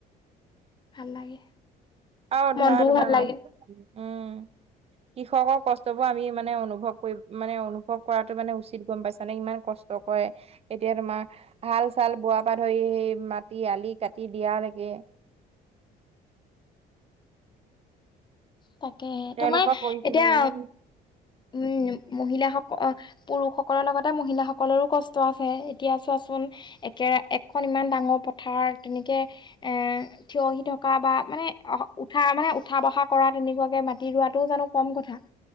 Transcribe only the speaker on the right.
আৰু
ধৰা তোমাৰ,
উম কৃষকৰ কষ্টবোৰ আমি মানে অনুভৱ কৰি মানে অনুভৱ কৰাটো মানে উচিত গম পাইছা নে, ইমান কষ্ট - ষ্ট কৰে। এতিয়া তোমাৰ হাল-চাল বোৱাৰ পা ধৰি মাটি আলি কাটি দিয়া লেকে।
তেওঁলোকৰ
পৰিশ্ৰমৰ
বাবে